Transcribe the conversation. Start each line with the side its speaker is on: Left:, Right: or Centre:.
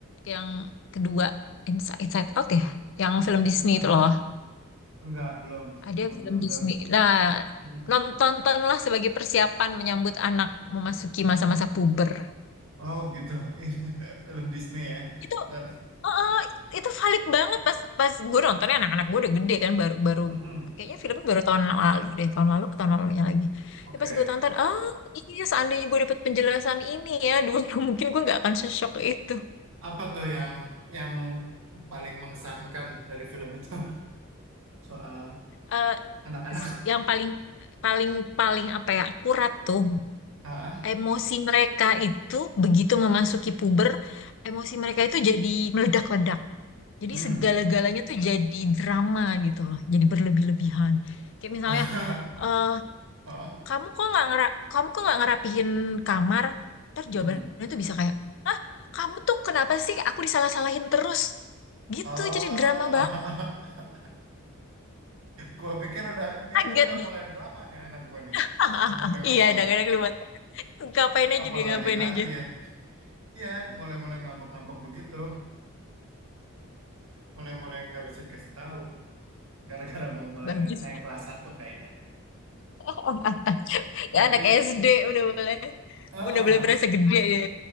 Left: yang kedua? Inside, Inside Out ya, yang film Disney
Right: Yang mana
Left: itu loh.
Right: tuh? Enggak, belum.
Left: Ada
Right: Belum
Left: film
Right: nonton.
Left: Disney. Nah,
Right: Mm.
Left: non- tontonlah sebagai persiapan menyambut anak memasuki masa-masa puber.
Right: Oh gitu. <laughs> Ini Film Disney ya.
Left: Itu
Right: Ntar.
Left: eh, itu valid banget pas pas gue nontonnya anak-anak gue udah gede kan baru baru
Right: Mm-mm.
Left: kayaknya filmnya baru tahun lalu deh, tahun lalu ke tahun lalunya lagi.
Right: Oke.
Left: Ya, pas gue tonton, ah iya seandainya gue dapet penjelasan ini ya dulu <laughs> mungkin gue nggak akan sesok itu.
Right: Apa tuh yang yang paling mengesankan dari film itu? <laughs> Soal
Left: Eh,
Right: anak-anak.
Left: se- yang paling paling paling apa ya akurat tuh
Right: Ah, ah.
Left: emosi mereka itu begitu memasuki puber, emosi mereka itu jadi meledak-ledak. Jadi
Right: Hmm.
Left: segala-galanya tuh jadi drama gitu loh, jadi berlebih-lebihan. Kayak misalnya,
Right: <laughs>
Left: eh
Right: Oh, <laughs> oh.
Left: kamu kok nggak ngera- kamu kok nggak ngerapihin kamar? Ntar jawabannya
Right: Hmm.
Left: tuh bisa kayak, ah kamu tuh kenapa sih? Aku disalah-salahin terus. Gitu
Right: oh
Left: jadi drama banget.
Right: <laughs> gue pikir udah ini
Left: Kaget
Right: aja udah
Left: deh.
Right: mulai drama nih anak gue nih
Left: <laughs>
Right: umur lima
Left: Iya,
Right: tahun.
Left: kadang-kadang kelihatan. Ngapain aja
Right: Apalagi
Left: dia ngapain
Right: nanti
Left: aja.
Right: ya, iya mulai-mulai ngambek-ngambek begitu, mulai-mulai nggak bisa dikasih tahu, gara-gara mau mulai
Left: Bagus.
Right: naik kelas satu kayaknya.
Left: <laughs>
Right: <laughs> Tapi,
Left: Ya, anak SD udah boleh
Right: heeh,
Left: udah boleh berasa gede ya.